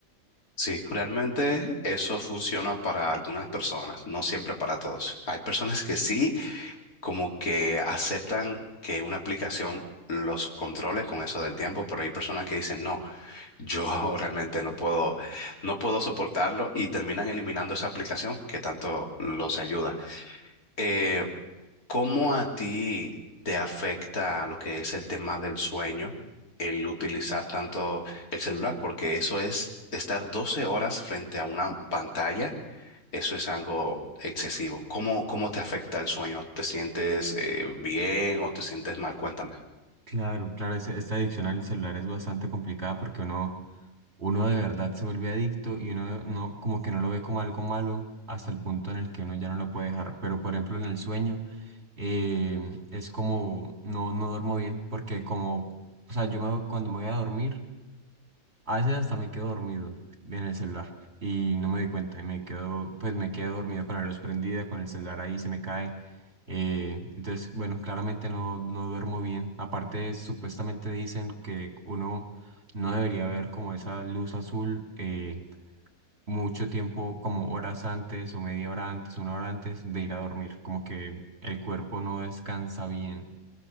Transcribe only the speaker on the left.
Sí, realmente eso funciona para algunas personas, no siempre para todos. Hay personas que sí como que aceptan que una aplicación los controle con eso del tiempo, pero hay personas que dicen, no, yo <laughs> realmente no puedo, no puedo soportarlo y terminan eliminando esa aplicación que tanto los ayuda. Eh, ¿cómo a ti te afecta lo que es el tema del sueño, el utilizar tanto el celular? Porque eso es estar 12 horas frente a una pantalla eso es algo excesivo. ¿Cómo, cómo te afecta el sueño? ¿Te sientes eh, bien o te sientes mal? Cuéntame.